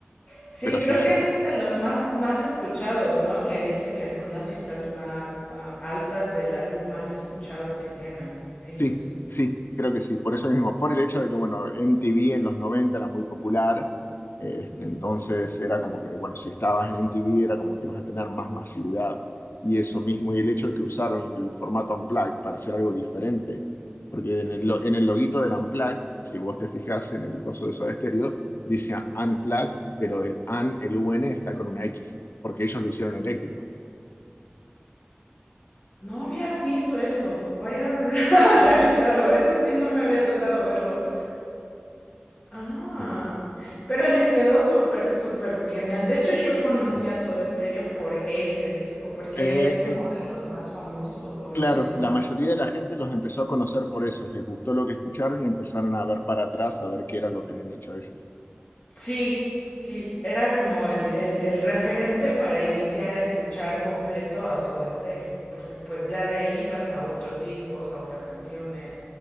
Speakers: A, on the left (about 35°); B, on the left (about 65°).
A: Sí,
B: Pero
A: creo
B: sí, yo
A: que ese
B: creo
A: es de los más, más escuchados, ¿no? Que dice que son las cifras más ah, altas del álbum más escuchado que tienen ellos.
B: Sí, sí, creo que sí, por eso mismo, por el hecho de que, bueno, MTV en los 90 era muy popular, este,
A: Mm,
B: entonces era como que, bueno, si estabas en MTV era como que ibas a tener más masividad y eso mismo, y el hecho de que usaron el formato Unplugged para hacer algo diferente, porque
A: sí,
B: en el, lo- en el loguito del Unplugged, si vos te fijas en el coso de Soda Stereo, dice Unplugged, pero el un, el un está con una X, porque ellos lo hicieron eléctrico.
A: no había visto eso. Voy a, re- <laughs> a revisarlo. Eso sí no me había tocado verlo. Ah,
B: Sí, sí.
A: pero les quedó súper, súper genial. De hecho, yo conocí
B: sí.
A: a Soda Stereo por ese disco, porque
B: Eh,
A: es como
B: eh,
A: de los más famosos, o no
B: Claro,
A: sé, más
B: la mayoría de la gente los empezó a conocer por eso, les gustó lo que escucharon y empezaron a ver para atrás, a ver qué era lo que habían hecho ellos.
A: Sí, sí, era como el, el, el referente para iniciar a escuchar completo a Soda Stereo, porque pues ya de ahí vas a otros discos, a otras canciones,